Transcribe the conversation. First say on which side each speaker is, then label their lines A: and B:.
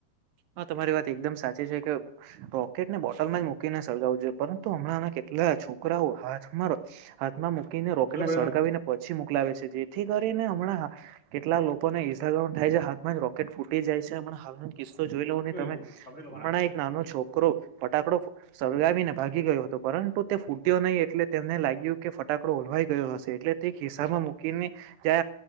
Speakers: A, on the right (about 80°); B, on the left (about 40°).
A: હા, તમારી વાત એકદમ સાચી છે, કે રોકેટ ને બોટલમાં જ મૂકીને સર્જાવું જોઈએ, પરંતુ હમણાંને કે એટલા છોકરા આવો હાથ મારો હાથમાં રોકેટને
B: મતલબ
A: સડગાવીને પછી મોકલાવે છે, જેથી કરીને હમણાં કેટલા લોકો ઇન્સ્ટ્રાઉડ થાય છે., હામાં રોકેટ ફૂટી જાય છે. હસ જોઈ લવ નહી
B: આપડે
A: તમે
B: લોકો
A: હમણાં
B: ના
A: એક નાનો છોકરો ફટાકડો સળગાવીને ભાગી ગયો હતો પરંતુ તે ફૂટ્યો નહી એટલે તેમને લાગ્યું કે ફટાકડો ઓલવાઈ ગયો હશે એટલે તે ખિસ્સામાં મૂકીને જ